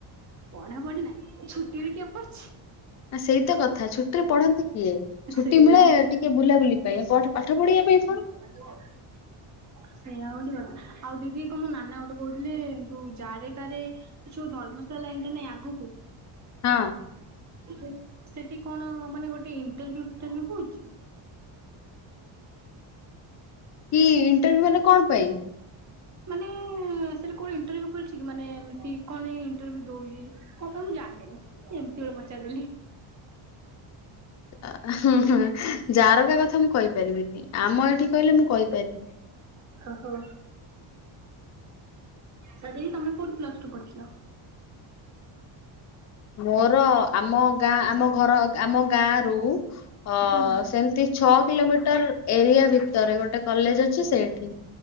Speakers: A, on the right (about 35°); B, on the left (about 35°).
A: ପଢା ପଢି ନାହିଁ। ଛୁଟିରେ କିଏ ପଢଛି।
B: ଆ, ସେଇ ତ କଥା ଛୁଟି ରେ ପଢନ୍ତି କିଏ? ଛୁଟି
A: ସେଇଆ
B: ମିଳେ ଟିକେ ବୁଲାବୁଲି ପାଇଁ। ଏ ପଢ ପାଠ ପଢିବା ପାଇଁ କଣ।
A: <unintelligible> ସେଇୟା ହଉଛି କଥା। ଆଉ ଦିଦି କ ମୋ ନାନା ଗୋଟେ କହୁଥିଲେ ଯୋଉ ଜାରେ କାରେ ଯୋଉ ଧର୍ମଶାଳା ଲାଇନ୍ ଟା ନାଇଁ ଆଗକୁ।
B: ହଁ।
A: ହେ ସେଟି କଣ ମାନେ ଗୋଟେ ଇଣ୍ଟରଭ୍ୟୁ ଫିଣ୍ଟରଭିୟୁ ହଉଛି?
B: କି ଇଣ୍ଟରଭ୍ୟୁ ମାନେ କଣ ପାଇଁ?
A: ମାନେ ଏ ସେଟି କଣ ଇଣ୍ଟରଭ୍ୟୁ ଖୋଲଛି କି ମାନେ ଏମତି କଣ ଏଇ ଇଣ୍ଟରଭ୍ୟୁ ଦଉଚି କଣ ପାଇଁ ମୁଁ ଜାଣିନି। ଏମତି ଗୋଟେ ପଚାରି ଦେଲି।
B: ଆ, ହୁଁ, ହଁ, ଜାରକା କଥା ମୁଁ କହିପାରିବିନି। ଆମ ଏଠି କହିଲେ ମୁଁ କହିପାରିବି।
A: ଓହୋ! ସୋ ଦି ତୋମେ କୋଉଠି ପ୍ଲସ୍ ଟୁ ପଢଥିଲ?
B: ମୋର ଆମ ଗାଁ ଆମ ଘର ଆମ ଗାଁ ରୁ ଅ,
A: ହୁଁ
B: ସେମତି ଛଅ କିଲୋମିଟର ଏରିଆ ଭିତରେ ଗୋଟେ କଲେଜ୍ ଅଛି ସେଇଠି।